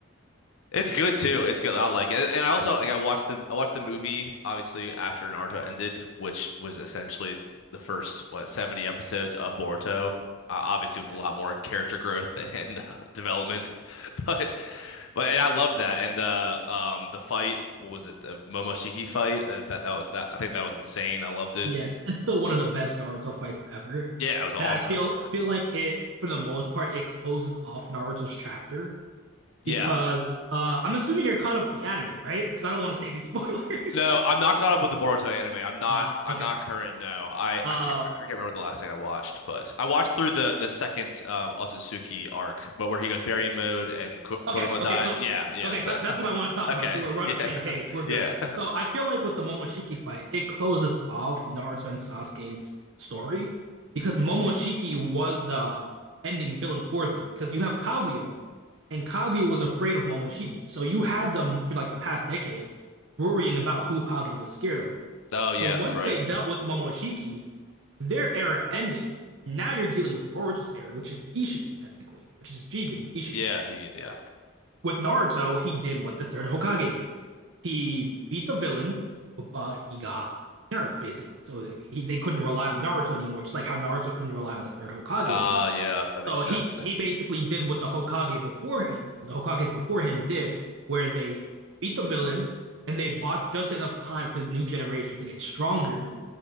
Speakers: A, on the left; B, on the right.
A: It's good too. It's good. I like it. And I also like I watched the I watched the movie obviously after Naruto ended, which was essentially the first what 70 episodes of Boruto. Uh, obviously with
B: Yes.
A: a lot more character growth <laughs> and uh, development. <laughs> But but and I loved that. And the um the fight, what was it? The Momoshiki fight? Uh, that that was- that I think that was insane. I loved it.
B: Yes, it's still one of the best Naruto fights ever.
A: Yeah, it was awesome.
B: And I feel feel like it for the most part it closes off Naruto's chapter
A: Yeah.
B: because uh I'm assuming you're caught up with the anime, right? Because I don't want to say any spoilers.
A: No, I'm
B: <laughs>
A: not caught up with the Boruto anime. I'm not.
B: Ah,
A: I'm
B: okay.
A: not current. No, I,
B: Uh
A: I can't. I can't remember the last thing I watched, but I watched through the the second um, Otsutsuki arc, but where he goes Baryon mode and Ko- Kurama
B: Okay,
A: dies.
B: okay, so
A: Yeah, yeah.
B: okay,
A: So,
B: so that, that's what I want
A: <laughs>
B: to talk
A: okay,
B: about. So we're, we're on
A: yeah,
B: the same page.
A: <laughs>
B: We're good.
A: yeah. <laughs>
B: So I feel like with the Momoshiki fight, it closes off Naruto and Sasuke's story because Momoshiki was the ending villain for them. Because you have Kaguya, and Kaguya was afraid of Momoshiki. So you had them for like the past decade worrying about who Kaguya was scared of.
A: Oh yeah,
B: So once
A: that's right.
B: they dealt with Momoshiki, their era ended. Now you're dealing with Boruto's era, which is Ishiki technically, which is Jigen, Ishiki
A: Yeah, Jigen. Yeah.
B: with Naruto, he did what the third Hokage did. He beat the villain, but he got nerfed basically. So he, they couldn't rely on Naruto anymore, just like how Naruto couldn't rely on the third Hokage
A: Oh
B: anymore.
A: yeah, that
B: So
A: makes
B: he
A: sense.
B: he basically did what the Hokage before him, the Hokages before him did, where they beat the villain and they bought just enough time for the new generation to get stronger